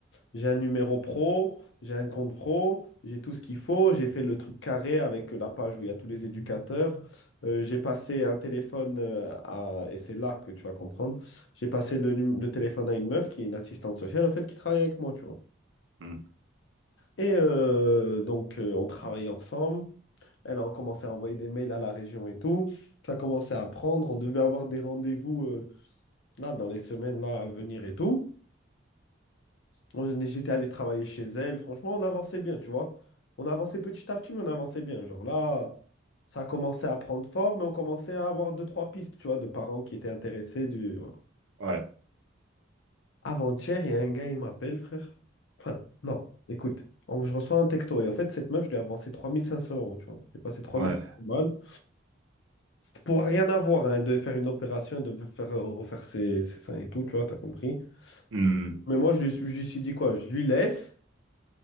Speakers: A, on the left; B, on the right.
A: j'ai un numéro pro, j'ai un compte pro, j'ai tout ce qu'il faut. J'ai fait le truc carré avec la page où il y a tous les éducateurs. Euh, j'ai passé un téléphone euh, à. Et c'est là que tu vas comprendre. J'ai passé le, num- le téléphone à une meuf qui est une assistante sociale, en fait, qui travaille avec moi, tu vois.
B: Hmm.
A: Et euh, donc, euh, on travaillait ensemble. Elle a commencé à envoyer des mails à la région et tout. Ça commençait à prendre. On devait avoir des rendez-vous euh, là dans les semaines là à venir et tout. On- J'étais allé travailler chez elle. Franchement, on avançait bien, tu vois. On avançait petit à petit, mais on avançait bien. Genre là, ça a commencé à prendre forme et on commençait à avoir deux, trois pistes, tu vois, de parents qui étaient intéressés. Du...
B: Ouais,
A: Avant-hier, il y a un gars, il m'appelle, frère. Enfin, non, écoute, on- je reçois un texto. Et en fait, cette meuf, je lui ai avancé 3500 euros, tu vois. J'ai passé 3500
B: ouais.
A: balles. C'était pour rien avoir, hein, de faire une opération, de faire, euh, refaire ses, ses seins et tout, tu vois, t'as compris.
B: Hmm.
A: Mais moi, je lui, suis- je lui suis dit quoi? Je lui laisse,